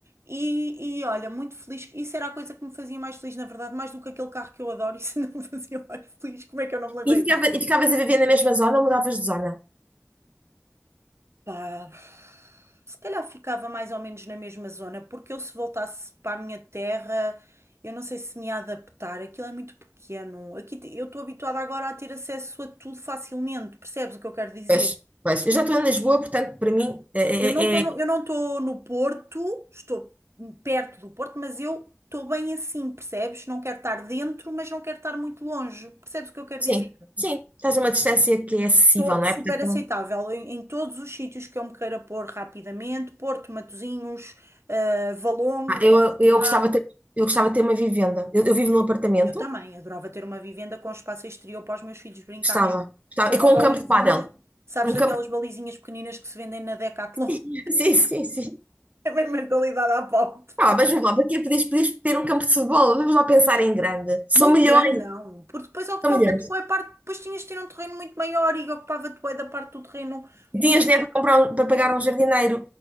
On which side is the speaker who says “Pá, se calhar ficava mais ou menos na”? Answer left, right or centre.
Right